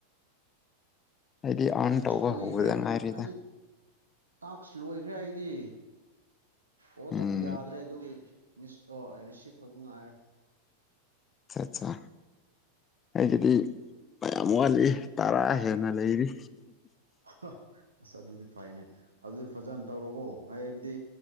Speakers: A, on the left; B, on the right.
A: ꯑꯩꯗꯤ ꯑꯥꯔꯟ
B: ꯑꯩꯁꯨ
A: ꯇꯧꯕ
B: ꯀꯨꯏꯈ꯭ꯔꯦ
A: ꯍꯧꯕꯗ ꯉꯥꯏꯔꯤꯗ
B: ꯍꯥꯏꯗꯤ ꯇꯥꯛꯁ ꯂꯣꯏꯈ꯭ꯔꯦ ꯑꯩꯗꯤ ꯑꯣ
A: ꯎꯝ
B: ꯇꯧꯕ ꯌꯥꯗ꯭ꯔꯦ ꯑꯗꯨꯒꯤ ꯃꯤꯁ ꯑꯣ ꯑꯩ ꯔꯤꯁꯤꯞ ꯈꯛꯇ ꯉꯥꯏꯔꯦ
A: ꯑꯆꯥ ꯑꯠꯆꯥ ꯑꯩꯒꯤꯗꯤ ꯃꯌꯥꯝ ꯋꯥꯠꯂꯤ ꯇꯔꯥ ꯍꯦꯟꯅ ꯂꯩꯔꯤ
B: ꯑ ꯑꯁ ꯑꯗꯨꯗꯤ ꯐꯩꯅꯦ ꯑꯗꯨꯗꯤ ꯐꯖꯅ ꯇꯧꯔꯣꯀꯣ ꯍꯥꯏꯕꯗꯤ